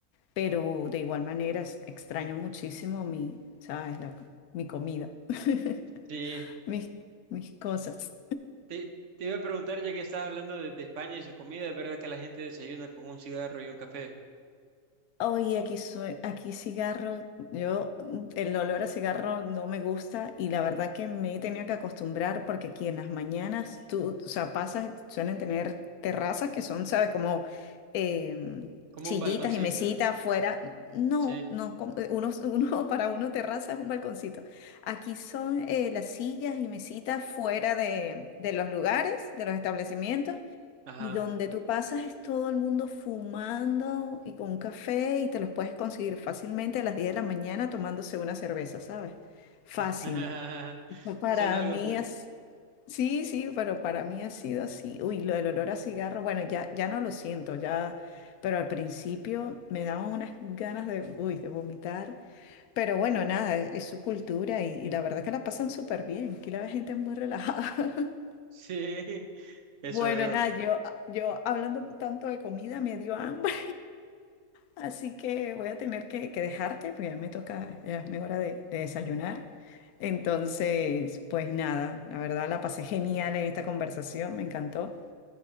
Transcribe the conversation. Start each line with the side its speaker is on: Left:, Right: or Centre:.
Left: pero de igual manera es- extraño muchísimo mi, ¿sabes? La- mi comida, <laughs>
Right: Sí.
Left: mis, mis cosas.
Right: Te, te iba a preguntar, ya que estás hablando de, de España y su comida, ¿es verdad que la gente desayuna con un cigarro y un café?
Left: Oye, aquí soy, aquí cigarro, yo mm, el olor a cigarro no me gusta y la verdad que me he tenido que acostumbrar porque aquí en las mañanas tú, o sea, pasas, suelen tener terrazas que son, sabes, como eh,
Right: Como
Left: sillitas
Right: un balconcito.
Left: y mesitas afuera. No,
Right: Sí.
Left: no, com- eh, uno, uno <laughs> para uno terraza es un balconcito. Aquí son eh, las sillas y mesitas fuera de, de los lugares, de los establecimientos.
Right: Ajá.
Left: Y donde tú pasas es todo el mundo fumando y con un café y te los puedes conseguir fácilmente a las 10 de la mañana tomándose una cerveza, ¿sabes? Fácil.
Right: <laughs>
Left: Pues Para
Right: Suena algo
Left: mí
Right: cool.
Left: es...
Right: <laughs>
Left: Sí, sí, pero para mí ha sido así. Uy, lo del olor a cigarro, bueno, ya, ya no lo siento, ya, pero al principio me daban unas ganas de, uy, de vomitar. Pero bueno, nada, es, es su cultura y, y la verdad que la pasan súper bien. Aquí la gente es muy relajada. <laughs>
Right: Sí, eso
Left: Bueno,
Right: veo.
Left: nada, yo, yo hablando tanto de comida me dio hambre. Así que voy a tener que, que dejarte, pues ya me toca, ya es mi hora de, de desayunar. Entonces, pues nada, la verdad la pasé genial en esta conversación, me encantó.